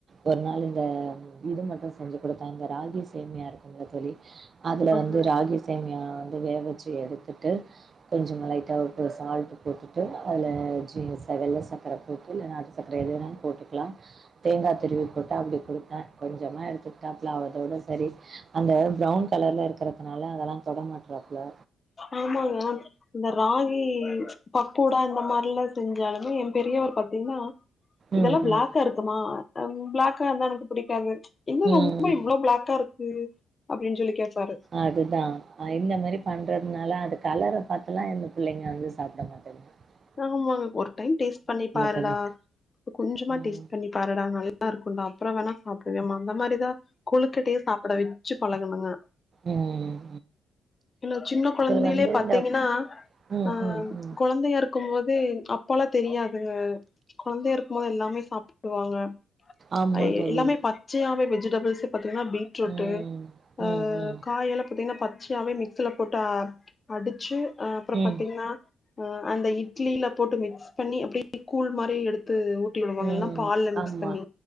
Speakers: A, on the right; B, on the left.
A: ஒரு நாள் இந்த இது மட்டு செஞ்சு குடுத்தா இந்த ராகி சேமியா இருக்குங்கள தோழி அதுல
B: ஆமா
A: வந்து ராகி சேமியா வந்து வே வச்சு எடுத்துட்டு கொஞ்சமா லைட்டா ஒரு சால்ட்டு போட்டுட்டு அத்ல ஜீன்ஸ் வெள்ள சக்கர போட்டு இல்ல நாட்டு சக்கர எது வேணாலு போட்டுக்கலா தேங்கா திருவி போட்டு அப்டி குடுத்தே கொஞ்சமா எடுத்துக்கிட்டாப்ல அதோட சரி அந்த ப்ரவுன் கலர்ல இருக்கிறதுனால அதெல்லா தொட மாட்றாப்ல
B: ஆமாங்க இந்த ராகி பக்கோடா இந்த மாதிரில்லா செஞ்சாலு எ பெரியவர் பத்தீங்கன்னா இதெல்லா
A: ம்,
B: பிளாக்கா
A: ம்,
B: இருக்குமா பிளாக்கா இருந்தா எனக்கு புடிக்காது இன்ன
A: ம்.
B: ரொம்ப இவ்ளோ ப்ளாக்கா இருக் இது அப்டின்னு சொல்லி கேப்பாரு
A: அதுதா இந்த மாரி பண்றதுனால அது கலர பாத்துலா இந்த பிள்ளங்க வந்து சாப்ட மாட்டாங்க <unintelligible>
B: ஆமாங்க ஒரு டைம் டேஸ்ட் பண்ணிப்பாருடா
A: தோழி.
B: கொஞ்சமா
A: ம்.
B: டேஸ்ட் பண்ணி பாரடா நல்லா இருக்குண்டா அப்ற வேணா சாப்டுவேமா அந்த மாரிதா கொழுக்கட்டய சாப்ட வச்சு பழகணுங்க
A: உம்
B: இவ்ளோ சின்ன கொழந்தயிலே
A: வந்து
B: பாத்தீங்கன்னா
A: இந்த ம்.
B: ஆ
A: ம். ம்.
B: கொழந்தயார்க் க்கும் போது அப்பல்லா தெரியாதுங்க கொழந்தயா இருக்குபோது எல்லாமே சாப்டுக்குவாங்க
A: ஆமா
B: ஐ
A: தோழி.
B: எல்லாமே பச்சயாவே வெஜிடபிள்ஸே பாத்தீங்கன்னா பீ ட்ருட்டு
A: ம்.
B: அ
A: ம். ம்.
B: காய எல்லா பத்தீங்கன்னா பத் ச்சாவே மிக்சில போட்டு அடுச்சு அப்றோ
A: ம்.
B: பாத்தீங்கன்னா அந்த இ ட்லில போட்டு மிக்ஸ் பண்ணி அப்டியே கூழ் மாரி எடுத்து ஊ டிவிடுவாங்க
A: ம்.
B: இல்லன்னா பால்ல மிக்ஸ்
A: ஆமா.
B: பண்ணி